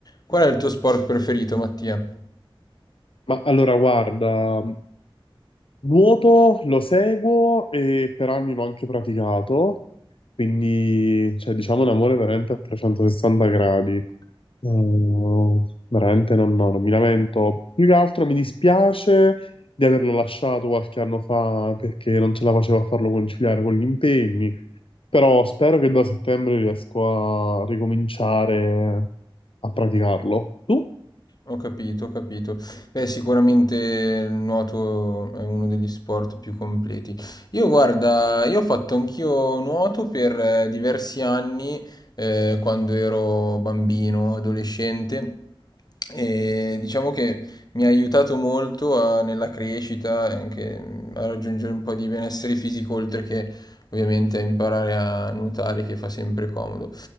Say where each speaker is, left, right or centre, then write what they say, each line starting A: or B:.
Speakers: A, on the left; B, on the left.
A: Qual è il tuo sport preferito, Mattia?
B: Ma allora, guarda, nuoto lo seguo e per anni l'ho anche praticato, quindi cioè, diciamo un amore veramente a 360 gradi. Eh, veramente non, no, non mi lamento. Più che altro mi dispiace di averlo lasciato qualche anno fa perché non ce la facevo a farlo conciliare con gli impegni, però spero che da settembre riesco a ricominciare a praticarlo. Tu?
A: Ho capito, ho capito. Beh, sicuramente il nuoto è uno degli sport più completi. Io, guarda, io ho fatto anch'io nuoto per eh, diversi anni, eh, quando ero bambino, adolescente, e diciamo che mi ha aiutato molto a- nella crescita, anche mm, a raggiungere un po' di benessere fisico, oltre che ovviamente a imparare a nuotare che fa sempre comodo.